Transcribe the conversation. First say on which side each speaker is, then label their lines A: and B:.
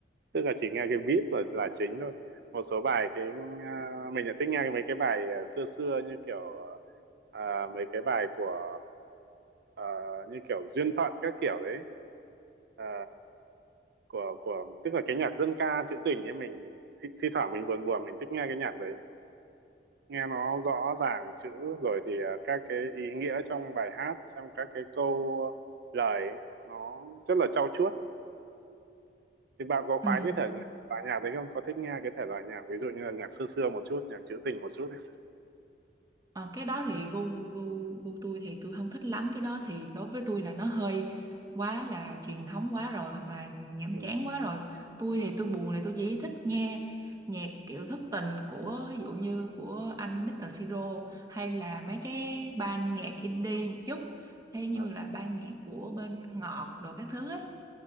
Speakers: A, on the right; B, on the right.
A: tức là chỉ nghe cái beat là là chính thôi một số bài cái à, mình lại thích nghe mấy cái bài à, xưa xưa như kiểu à, mấy cái bài của à, như kiểu duyên phận các kiểu đấy À, của của tức là cái nhạc dân ca trữ tình ấy mình thi, thi thoảng mình buồn buồn mình thích nghe cái nhạc đấy nghe nó rõ ràng chữ rồi thì à, các cái ý nghĩa trong bài hát trong các cái câu lời ấy, nó rất là trau chuốt thì bạn có khoái
B: ừ
A: cái thể loại nhạc đấy không có thích nghe cái thể loại nhạc ví dụ như là nhạc xưa xưa một chút nhạc trữ tình một chút ấy.
B: Ờ, cái đó thì gu gu gu tôi thì tôi không thích lắm cái đó thì đối với tôi là nó hơi quá là truyền thống quá rồi hoặc là nhàm
A: Ừ.
B: chán quá rồi tôi thì tôi buồn thì tôi chỉ thích nghe nhạc kiểu thất tình của ví dụ như của anh Mr. Siro hay là mấy cái ban nhạc indie một chút hay như
A: À.
B: là ban nhạc của bên Ngọt đồ các thứ ấy